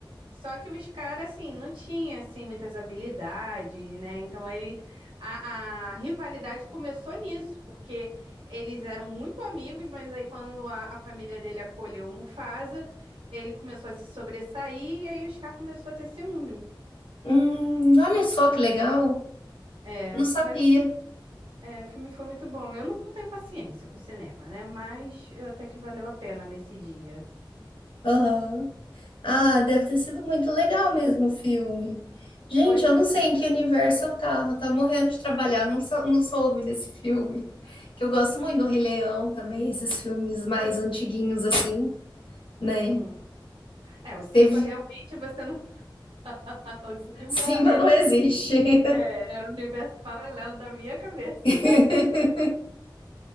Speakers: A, on the right (about 80°); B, on the left (about 80°).
A: Só que o Scar, assim, não tinha, assim, muitas habilidades, né? Então, ele, a, a rivalidade começou nisso, porque eles eram muito amigos, mas aí quando a, a família dele acolheu o Mufasa, ele começou a se sobressair e aí o Scar começou a ter ciúme.
B: Hum, olha só que legal.
A: É,
B: Não sabia.
A: mas o filme É, o filme foi muito bom. Eu não tenho paciência pro cinema, né? Mas eu até que valeu a pena nesse dia.
B: Aham. Ah, deve ter sido muito legal mesmo o filme. Gente,
A: Pois
B: eu não
A: é.
B: sei em que universo eu tava. Eu Tava morrendo de trabalhar, não, sou- não soube desse filme. Que eu gosto muito do Rei Leão também, esses filmes mais antiguinhos assim, né?
A: Uhum. É, o Simba
B: Teve.
A: realmente você não. <laughs> O Simba
B: Simba
A: é-
B: não existe.
A: é, era um universo paralelo da minha cabeça.
B: <laughs>